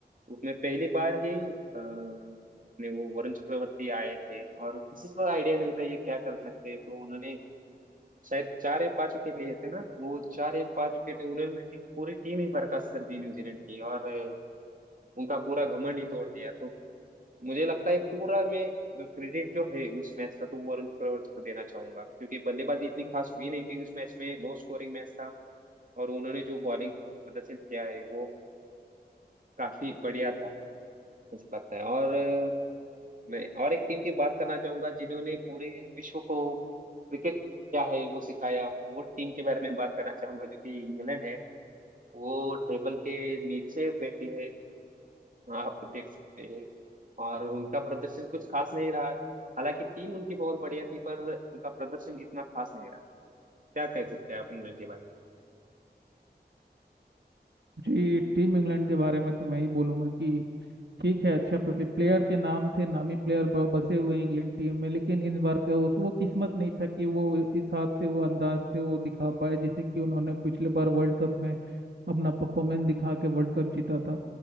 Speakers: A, on the right; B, on the right.
A: उसमें पहली बार ही अ, अपने वो वरुण चक्रवर्ती आए थे और किसी को आइडिया नहीं था ये क्या कर सकते हैं। तो उन्होंने शायद चार या पांच विकेट लिए थे ना वो चार या पांच विकेट उन्होंने पूरी टीम ही बर्खास्त कर दी न्यूजीलैंड की और अ, उनका पूरा घमंड ही तोड़ दिया तो मुझे लगता है पूरा मैं क्रेडिट जो है उस मैच का तो वरुण चक्रवर्ती को देना चाहूंगा क्योंकि बल्लेबाजी इतनी खास हुई नहीं थी उस मैच में लो स्कोरिंग मैच था और उन्होंने जो बॉलिंग प्रदर्शन किया है वो काफी बढ़िया था मुझे लगता है और अ, मैं और एक टीम की बात करना चाहूंगा जिन्होंने पूरे विश्व को क्रिकेट क्या है वो सिखाया वो टीम के बारे में बात करना चाहूंगा जो कि इंग्लैंड है वो टेबल के नीचे बैठी है आप देख सकते हैं और उनका प्रदर्शन कुछ खास नहीं रहा है हालांकि टीम उनकी बहुत बढ़िया थी पर उनका प्रदर्शन इतना खास नहीं रहा क्या कह सकते हैं आप इंग्लैंड के बारे
B: जी टीम इंग्लैंड के बारे में तो मैं ही बोलूंगा कि ठीक है अच्छा पिछले प्लेयर के नाम थे नामी प्लेयर ब- बसे हुए हैं इंग्लैंड टीम में लेकिन इस बार का उस वो किस्मत नहीं था कि वो इस हाथ से वो अंदाज से वो दिखा पाए जैसे कि उन्होंने पिछले बार वर्ल्ड कप में अपना परफॉर्मेंस दिखा के वर्ल्ड कप जीता था